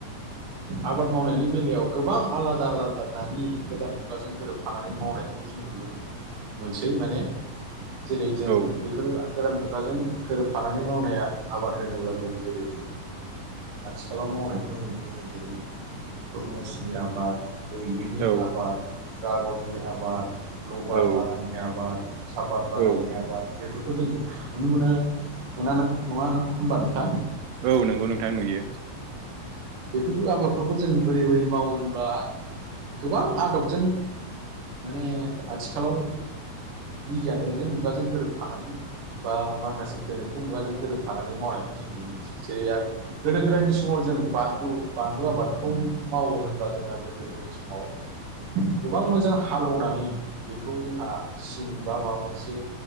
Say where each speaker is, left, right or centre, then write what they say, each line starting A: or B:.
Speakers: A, on the right; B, on the right.
A: आबाद मावनायनि बेलायाव गोबां आलादा आलादा दानि गोदान मुगाजों गोरोबफानानै मावनायखौ जों नुनो मोन मोनसै माने जेरै जों
B: औ
A: बेफोर गोरान मुगाजों गोरोबफानानै मावनाया आबाद होनोब्ला जों जेरै आथिखालाव मावनायखौ नुदों जेरै तुरमुसनि आबाद बैग्रिनि
B: औ
A: आबाद दड्रागननि आबाद लबार
B: औ
A: बागाननि आबाद सापाद बागाननि
B: औ
A: आबाद बेफोरखौ जों नुनो मोनो मोनामोन। नंङा नाखबा नोंथां?
B: औ नंगौ नोंथां नुयो।
A: बेफोरखौ आबादफोरखौ जों बोरै बोरै मावो होनब्ला गोबां आदबजों माने आथिखालाव बिगियानारि मुगाजों गोरोबफानानै बा माखासे गोनोथो मुगाजों गोरोबफानानै मावनायखौ जों नुनो जेरै गोदो गोदायनि समाव जों बां औ बानलु आबादखौ मावो होनब्ला जोंहा गोदो गोदायनि समाव गोबां मोजां हालेवनानै बेखौ जोंहा सिन बा माबा मोनसे